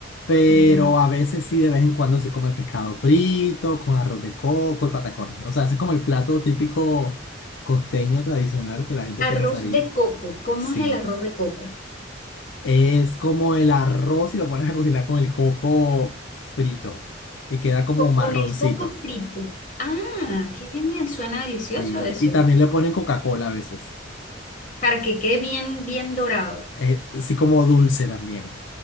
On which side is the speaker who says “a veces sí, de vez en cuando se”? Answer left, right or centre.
Left